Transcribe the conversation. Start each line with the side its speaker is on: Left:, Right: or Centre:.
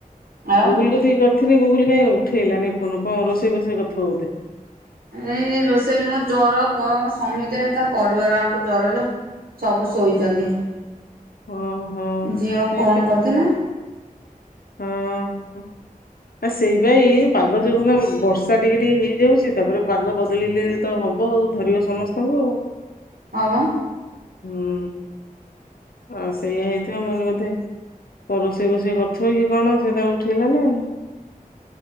Right: ଆଉ
Left: ଗୁଗୁଲକୁ କରିଥିନି ଗୁଗୁଲ କାହିଁଉ ଉଠେଇଲାନି ଫନ କଣ ରୋଷେଇ ଫୋଷେଇ କରୁଥିବ ବୋଧେ?
Right: ଏଇ ରୋଷେଇ ନୁହଁ ଜର ସମିତି ତା ପରିବାର ଆମକୁ ଜରଲୋ ସବୁ ଶୋଇଛନ୍ତି,
Left: ଓହୋ
Right: ଝିଅ ଫୋନ୍
Left: ଏଇତ
Right: କରିଥିଲେ।
Left: ହଁ। ଆ ସେଇପାଇ ପାଗ ଯୋଉ ନା ବର୍ଷା ଟିକେ ଟିକେ ହେଇଯାଉଛି, ତାପରେ ପାଗ ବଦଳିଲେ ତ ହବ ଧରିବ ସମସ୍ତଙ୍କୁ ଆଉ।
Right: ହ ମ।
Left: ହୁଁ ଆଉ ସେଇ ହେଇଥିବ ମନେ ବୋଧେ? କଣ ରୋଷେଇ ଫୋଷେଇ କରୁଥିବ କି କଣ ସେ ତେବେ ଉଠେଇଲାନି ଆ